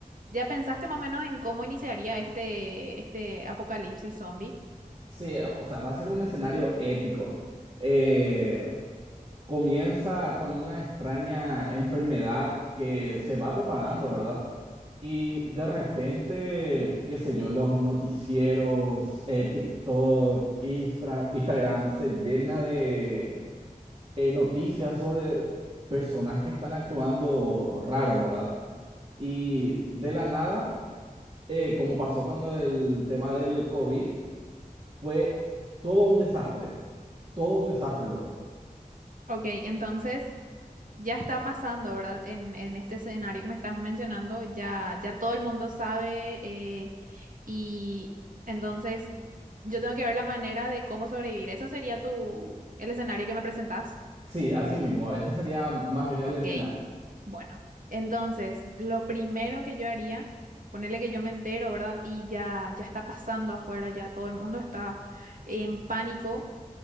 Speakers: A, on the right (about 65°); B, on the right (about 45°).
A: ¿ya pensaste más o menos en cómo iniciaría este, este apocalipsis zombie?
B: Sí, o sea, va a ser un escenario épico. Eh, comienza con una extraña enfermedad que se va propagando, ¿verdad? Y de repente, qué sé yo, los noticieros, eh, TikTok, Instra- Instagram, se llena de eh, noticias sobre personas que están actuando raro, ¿verdad? Y de la nada, eh, como pasó con lo del tema del COVID, fue todo un desastre, todo un desastre luego.
A: Ok, entonces Ya está pasando, ¿verdad? En, en este escenario que me estás mencionando, ya, ya todo el mundo sabe eh, y entonces yo tengo que ver la manera de cómo sobrevivir. ¿Eso sería tu, el escenario que me presentas?
B: Sí, así mismo, ese sería más bien el
A: Ok,
B: escenario.
A: bueno. Entonces, lo primero que yo haría, ponerle que yo me entero, ¿verdad? Y ya, ya está pasando afuera, ya todo el mundo está en pánico.